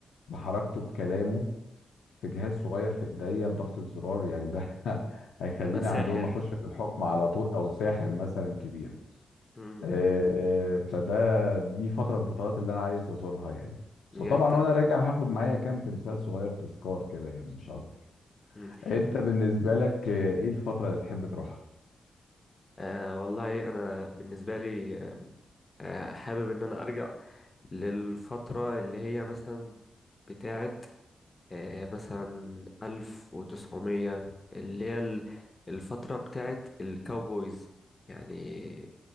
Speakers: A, on the left; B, on the left.
A: بحركته بكلامه في جهاز صغير في ايديا بضغط الزرار يعني ده <laughs> هيخليني
B: تبقى ساحر
A: عندهم اخش في الحكم على طول او ساحر مثلا كبير
B: مم.
A: آه، فده دي فتره من الفترات اللي انا عايز ازورها يعني
B: يعني
A: وطبعا
B: أنت
A: وانا راجع هاخد معايا كام تمثال صغير تذكار كده يعني مش اكتر
B: مم.
A: انت بالنسبه لك آه، ايه الفتره اللي تحب تروحها
B: آه والله أنا بالنسبة لي آه آه، حابب إن أنا أرجع للفترة اللي هي مثلا بتاعة آه، مثلا ألف وتسعمية اللي هي ال- الفترة بتاعت الكاوبويز يعني